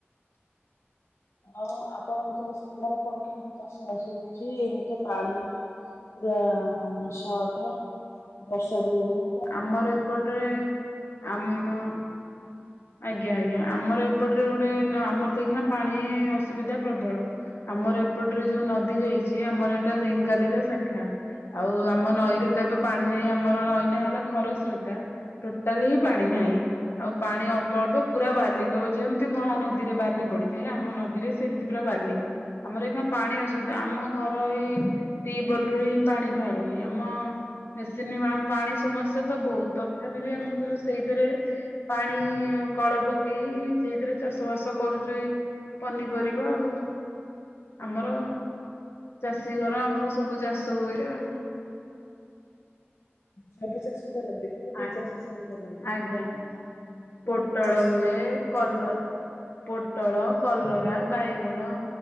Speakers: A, on the left; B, on the left.
A: ଆଉ ଆପଣଙ୍କର ସେପଟ ରେ କଣ କେମିତି ଚାଷ ବାସ ହଉଛି? ଏଇନେ ତ ପାଣି ପୁରା ସଟ ବର୍ଷା ବି ହଉ
B: ଆମର ଏପଟରେ ଆମ ଆଜ୍ଞା ଆଜ୍ଞା ଆମର ଏପଟରେ ଗୋଟେ ଆମର ତ ଏଖିନା ପାଣି ଅସୁବିଧା ପ୍ରବଳ। ଆମର ଏପଟ୍ରେ ଯୋଉ ନଦୀ ଯାଇଛି ଆମର ଏଇଟା ରେଙ୍ଗାଲିର ଶାଖା। ଆଉ ଆମ ନଈରେ ତ ଏବେ ପାଣି ନାହିଁ। ଆମର ନଈ ନା ହେଲା ଖରସ୍ରୋତା। ଟୋଟାଲି ହି ପାଣି ନାହିଁ। ଆଉ ପାଣି ଅଳ୍ପ ପର୍ବ ପୁରା ବାଲି କହିବ ଯେମିତି ମହାନଦୀରେ ବାଲି ପଡିଥାଏ ଆମ ନଦୀରେ ସେମତି ପୁରା ବାଲି। ଆମର ଏଖିନା ପାଣି ଅସୁବିଧା ଆମ ଘର ଏଇ ଟିପ୍ ବଲ ରୁ ହିଁ ପାଣି ବାହାରୁନି। ଆମ ମେସିନି ମାମ ପାଣି ସମସ୍ୟା ତ ବୋହୁତ ତଥାପି ବି ଆମର ଧର ସେଇଥିରେ ପାଣି କଳ ପକେଇ ସେଇଥିରେ ଚାଷ ବାସ କରୁଛୁ ଏଇ ପନିପରିବା ଆଉ। ଆମର ଚାଷୀ ଘର ଆମର ସବୁ ଚାଷ ହୁଏ ଆଉ।
A: ସବୁ ଚାଷ କରନ୍ତି? କୋଉ କୋଉ
B: ଆଜ୍ଞା
A: ଚାଷ ସବୁ କରନ୍ତି?
B: ଆଜ୍ଞା ଆଜ୍ଞା
A: କୋଉ
B: ପୋଟଳ
A: କୋଉ ଚାଷ
B: ହୁଏ
A: କରନ୍ତି
B: କଲର ପୋଟଳ କଲରା ବାଇଗଣ